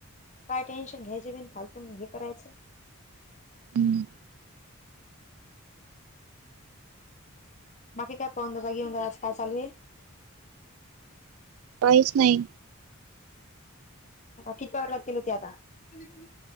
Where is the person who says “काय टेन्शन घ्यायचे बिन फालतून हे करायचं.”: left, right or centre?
Left